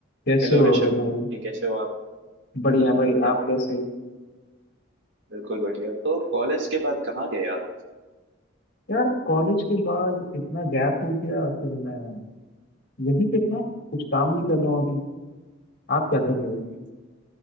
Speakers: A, on the left; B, on the right.
A: कैसे
B: हेलो
A: हो
B: ऋषभ
A: अबे भाई
B: जी कैसे हो आप
A: बढ़िया भाई
B: बढ़िया
A: आप
B: बढ़िया
A: कैसे
B: बढ़िया
A: हो
B: बिल्कुल बढ़िया तो कॉलेज के बाद कहाँ गए आप
A: यार कॉलेज के बाद इतना गैप हो गया फिर मैं यही पे था कुछ काम नहीं कर रहा हूँ अभी आप क्या कर रहे
B: हम्म
A: हो